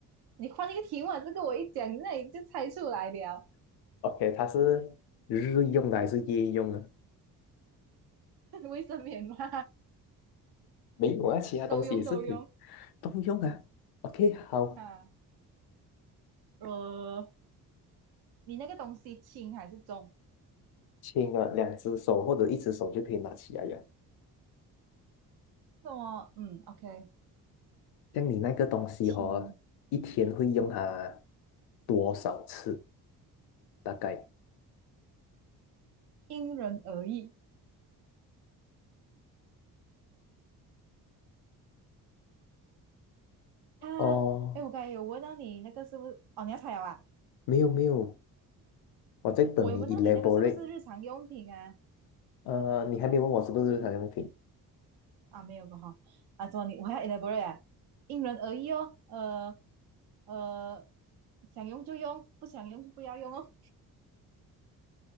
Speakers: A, on the right; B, on the left.
A: 你换一个题目啊，这个我一讲，那你就猜出来了。
B: <laughs>？OK，它是日用的还是夜用的？
A: <laughs> 卫生棉吗？<laughs>
B: 没有啊，其他东西也是可以
A: 都用都用
B: 都用啊。OK，好，
A: 啊。呃，你那个东西轻还是重？
B: 轻了两只手或者一只手就可以拿起来了。
A: 重么，嗯，OK，
B: 像你那个东西哦，
A: 轻，
B: 一天会用它多少次？大概？
A: 因人而异。啊，
B: 哦，
A: 哎，我刚才有问到你那个是不是？哦，你要猜了啊？
B: 没有没有，我在等你
A: 我有问到你那个是不是日常用品啊？
B: elaborate。呃，你还没问我是不是日常用品
A: 啊，没有过哈。啊，怎么你我还要 elaborate 啊？因人而异哦，呃呃，想用就用，不想用就不要用哦。